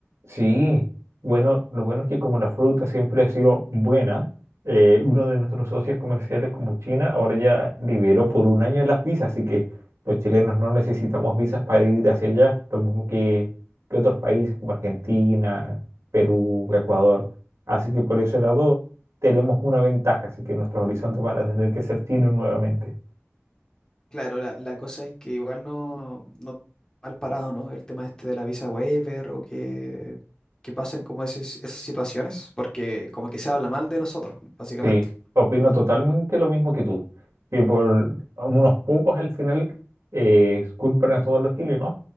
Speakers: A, on the right; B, on the left.
A: sí. Bueno, lo bueno es que como la fruta siempre ha sido buena, eh, uno de nuestros socios comerciales como China ahora ya liberó por un año las visas, así que los chilenos no necesitamos visas para ir hacia allá, lo mismo que, que otros países como Argentina, Perú, Ecuador. Así que por ese lado tenemos una ventaja, así que nuestros horizontes van a tener que ser chinos nuevamente.
B: Claro, la, la cosa es que igual no, no mal parado, ¿no? El tema este de la visa waiver o que, que pasen como esas esas situaciones, porque como que se habla mal de nosotros, básicamente.
A: Sí, opino totalmente lo mismo que tú, que por unos pocos al final eh, culpan a todos los chilenos